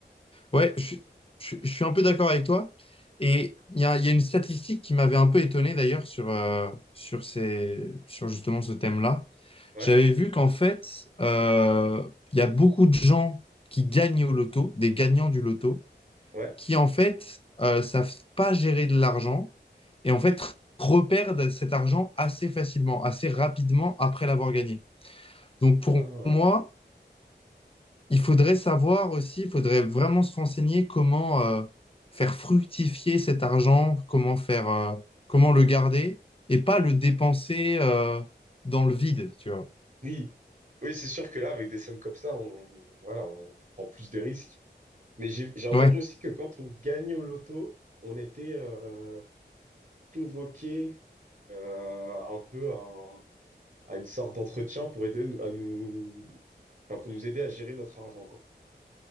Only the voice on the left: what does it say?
Ouais, je, suis je suis- je suis un peu d'accord avec toi. Et il y a, il y a une statistique qui m'avait un peu étonné d'ailleurs sur, euh, sur ces, sur justement ce thème-là.
J'avais vu qu'en fait, euh, il y a beaucoup de gens qui gagnent au loto, des gagnants du loto,
qui en fait euh, savent pas gérer de l'argent et en fait reperdent cet argent assez facilement, assez rapidement après l'avoir gagné. Donc pour
moi, il faudrait savoir aussi, il faudrait vraiment se renseigner comment euh, faire fructifier cet argent, comment faire, euh, comment le garder et pas le dépenser euh, dans le vide, tu vois.
Ouais,